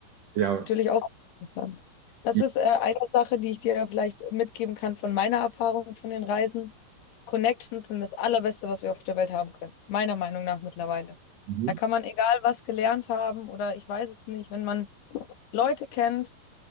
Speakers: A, on the right (about 75°); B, on the left (about 75°).
A: Ja.
B: Natürlich auch interessant. Das
A: Wie,
B: ist äh, eine Sache, die ich dir ja vielleicht mitgeben kann von meiner Erfahrung von den Reisen. Connections sind das Allerbeste, was wir auf der Welt haben können. Meiner Meinung nach mittlerweile.
A: mhm.
B: Da kann man egal was gelernt haben oder ich weiß es nicht, wenn man Leute kennt,